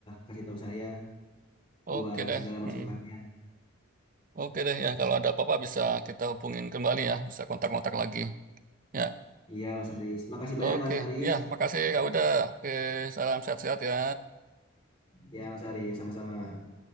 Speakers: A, on the left (about 25°); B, on the right (about 40°).
A: kasih tahu saya
B: Oke
A: buat
B: deh.
A: segala
B: Mm.
A: masukannya.
B: Oke deh ya, kalau ada apa-apa bisa kita hubungin kembali ya, bisa kontak-kontak lagi. Ya,
A: Iya Mas Aris, makasih banyak
B: oke.
A: Mas Aris.
B: Ya, makasih Kak Uda. Oke, salam sehat-sehat ya.
A: Ya Mas Aris, sama-sama.